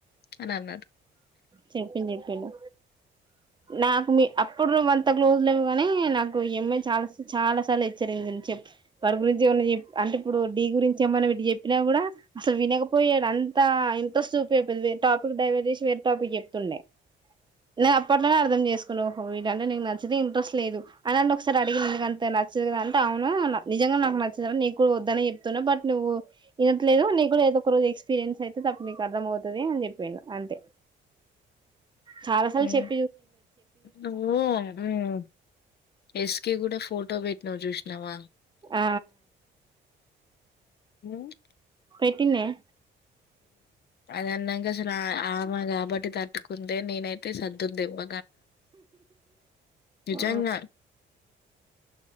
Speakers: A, on the left; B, on the right.
A: అని అన్నాడు.
B: చెప్పిండు చెప్పిండు. నాకు మీ అప్పుడు నువ్వంత అంత క్లోజ్లు లేము గానీ నాకు ఈ అమ్మాయి చాలా చాలా సార్లు హెచ్చరించింద్ చెప్ వారి గురించి ఏమన్నా చెప్ అంటే ఇప్పుడు డీ గురించి ఏమన్నా వీడు చెప్పినా గూడా అసలు వినకపోయాడు. అన్ అంత ఇంట్రెస్ట్ చూపియ్యకపోయేది టాపిక్ డైవర్ట్ చేసి వేరే టాపిక్ చెప్తుండే. నే అప్ ప్పట్లోనే అర్థం చేసుకోవాలి ఓహో వీడంటే నీకు నచ్చది ఇంట్రెస్ట్ లేదు అనంటే ఒకసారి అడిగినందుకు అంత నచ్చదు అంతా అవును నిజంగా నాకు నచ్చదు నీగ్గూడ వద్దనే చెప్తున్నా బట్ నువ్వు వినట్లేదు నీగ్కూడ ఏదోక రోజు ఎక్స్ పీరియన్స్ అయితది అప్పుడు నీకు అర్థం అవుతది అని చెప్పిండు అంతే చాలా సార్లు
A: ఉమ్,
B: చెప్
A: నువ్వు ఊమ్ ఎక్స్ కీ గూడ ఫోటో పెట్టినవ్ చూసినవా?
B: ఆ
A: ఊమ్
B: గట్టిగున్నాయా?
A: అది అన్న ఇంక అసలు ఆమె కాబట్టి తట్టుకుందే నేనైతే సద్దును దెబ్బ నిజంగా
B: ఆ